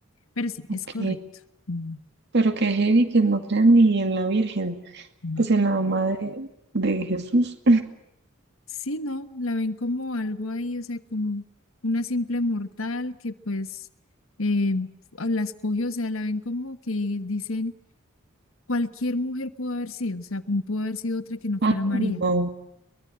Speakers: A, on the left; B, on the right.
A: Pero sí,
B: Ok.
A: es correcto. Mm,
B: Pero que heavy que no crean ni en la Virgen,
A: No.
B: pues en la mamá de, de Jesús.
A: Sí, no, la ven como algo ahí, o sea, como una simple mortal que pues eh, la escogió, o sea, la ven como que dicen, cualquier mujer pudo haber sido, o sea, pudo haber sido otra que no
B: Ay,
A: fuera María.
B: no,